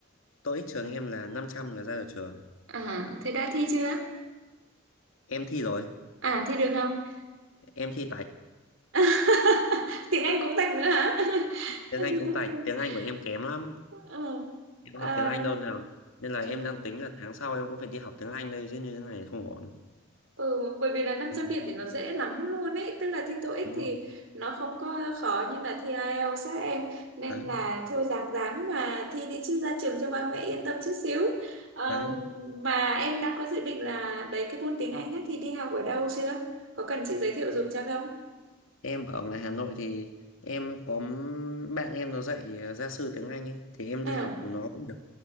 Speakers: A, on the left; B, on the right.
A: tôi ít trường em là 500 là ra được trường
B: à, thế đã thi chưa?
A: em thi rồi
B: À thi được không?
A: em thi tạch
B: <laughs> Tiếng Anh cũng tạch nữa hả?
A: tiếng Anh
B: <laughs>
A: cũng tạch tiếng Anh của em kém lắm
B: ừ.
A: em
B: à,
A: không học tiếng Anh đâu nào nên là
B: chờ-
A: em đang tính là tháng sau em cũng phải đi học tiếng Anh đây chứ như thế này không ổn
B: ừ bởi vì là năm
A: đúng
B: trăm
A: không
B: điểm thì nó dễ lắm luôn ấy tức là thi TOEIC
A: Đúng
B: thì
A: không?
B: nó không có khó như là thi IELTS các em nên
A: đấy
B: là thôi ráng ráng mà thi đi chứ ra trường cho ba mẹ yên tâm chút xíu Ờ,
A: đấy
B: mà em đã có dự định là đấy cái môn tiếng Anh á thì đi học ở đâu chưa có cần chị giới thiệu dùm cho không
A: em ở ngoài Hà Nội thì em có m- bạn em nó dạy ờ, gia sư tiếng Anh ấy thì em
B: à
A: đi học nó cũng được